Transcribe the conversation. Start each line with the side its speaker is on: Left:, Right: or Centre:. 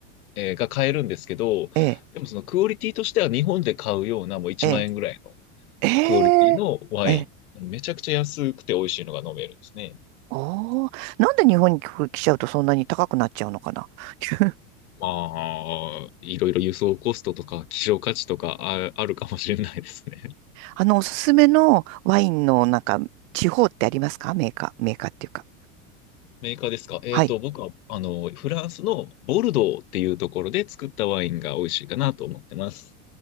Left: えーが買えるんですけど、
Right: ええ、
Left: でもそのクオリティとしては日本で買うようなもう1万円ぐらいの
Right: ええ。ええ。
Left: クオリティのワイン。
Right: ええ。
Left: めちゃくちゃ安くて美味しいのが飲めるんですね。
Right: おおなんで日本に来ちゃうとそんなに高くなっちゃうのかな <laughs>
Left: まあ、いろいろ輸送コストとか希少価値とかあ、あるかもしれないですね。<laughs>
Right: あの、おすすめのワインのなんか、地方ってありますかメーカー、メーカーっていうか。
Left: メーカーですかえっと、
Right: はい。
Left: 僕は、あの、フランスのボルドーっていうところで作ったワインが美味しいかなと思ってます。